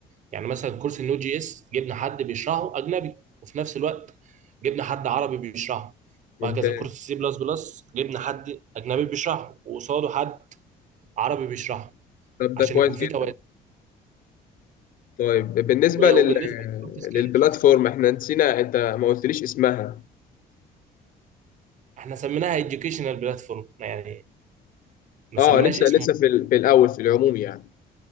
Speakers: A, on the right (about 45°); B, on the left (about 55°).
A: يعني مثلا كورس النود جي اس جبنا حد بيشرحه اجنبي وفي نفس الوقت جبنا حد عربي بيشرحه
B: ممتاز
A: وهكذا كورس سي بلس بلس جبنا حد اجنبي بيشرحه وقصاده حد عربي بيشرحه
B: طب
A: عشان
B: ده كويس
A: يكون في
B: جدا
A: توازن
B: طيب بالنسبه
A: و-
B: لل
A: وبالنسبه للسوفت سكيلز
B: للبلاتفورم احنا نسينا انت ما قلتليش اسمها
A: احنا سميناها educational بلاتفورم يعني ما
B: اه
A: سميناش
B: لسه
A: اسمه
B: لسه في, ال... في الاول في العموم يعني